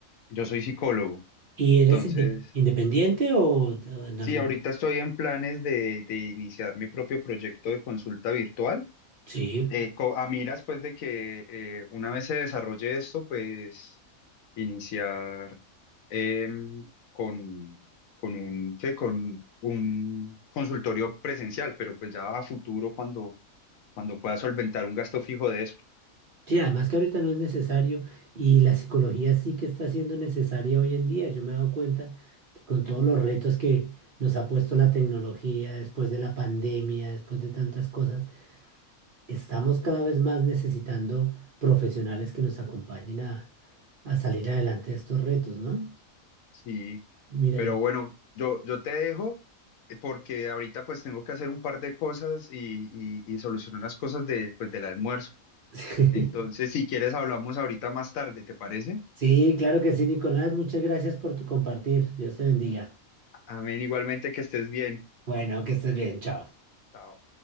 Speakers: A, on the left; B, on the right.
A: Yo soy psicólogo,
B: ¿Y eres
A: entonces,
B: inde- independiente o de- en
A: sí,
B: algún...?
A: ahorita estoy en planes de, de iniciar mi propio proyecto de consulta virtual.
B: Sí.
A: eh, co- a miras, pues, de que eh, una vez se desarrolle esto, pues, iniciar em, con, con un, ¿qué? con un consultorio presencial, pero pues ya a futuro cuando, cuando pueda solventar un gasto fijo de eso.
B: Sí, además que ahorita no es necesario y la psicología sí que está siendo necesaria hoy en día. Yo me he dado cuenta que con todos los retos que nos ha puesto la tecnología después de la pandemia, después de tantas cosas, estamos cada vez más necesitando profesionales que nos acompañen a, a salir adelante de estos retos, ¿no?
A: Sí.
B: Mira,
A: Pero
B: yo-
A: bueno, yo, yo te dejo eh, porque ahorita pues tengo que hacer un par de cosas y, y, y solucionar las cosas de, pues, del almuerzo.
B: <laughs>
A: Entonces, si quieres, hablamos ahorita más tarde, ¿te parece?
B: sí, claro que sí, Nicolás, muchas gracias por tu compartir. Dios te bendiga.
A: Amén, igualmente que estés bien.
B: Bueno, que estés bien, chao.
A: Chao.